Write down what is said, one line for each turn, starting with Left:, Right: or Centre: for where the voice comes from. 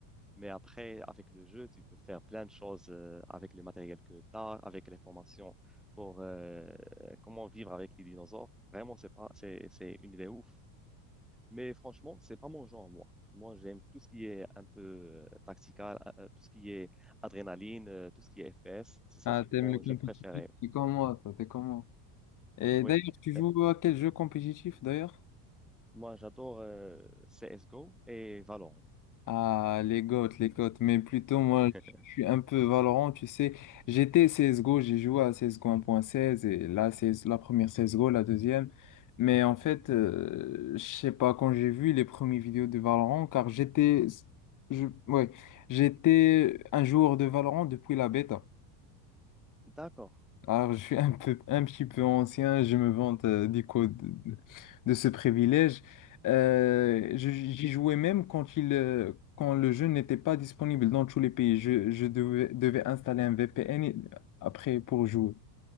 Centre: Mais après, avec le jeu, tu peux faire plein de choses euh, avec le matériel que tu as, avec les formations pour euh, comment vivre avec les dinosaures. Vraiment, c'est pas, c'est, c'est une idée ouf. Mais franchement, c'est pas mon genre, moi. Moi, j'aime tout ce qui est un peu euh, tactical, euh, tout ce qui est adrénaline, euh, tout ce qui est FPS. C'est ça
Left: Ah,
Centre: c'est
Left: t'aimes
Centre: mon
Left: le compétitif?
Centre: jeu préféré.
Left: T'es comme moi, toi, t'es comme moi. Et
Centre: Oui.
Left: d'ailleurs, tu joues
Centre: Euh,
Left: à quel jeu compétitif, d'ailleurs?
Centre: moi, j'adore euh, CSGO et Valorant.
Left: Ah, les GOAT, les GOAT. Mais plutôt, moi,
Centre: <laughs>
Left: je suis un peu Valorant, tu sais. J'étais CSGO, j'ai joué à CSGO 1.16 et là, c'est la première CSGO, la deuxième. Mais en fait, euh, je sais pas, quand j'ai vu les premières vidéos de Valorant, car j'étais... Je... Ouais, j'étais un joueur de Valorant depuis la bêta.
Centre: D'accord.
Left: Alors, je suis un peu, un petit peu ancien, je me vante euh, du coup de, de- de ce privilège. Euh, je- j'y jouais même quand, il, euh, quand le jeu n'était pas disponible dans tous les pays. Je, je devais, devais installer un VPN et- après pour jouer.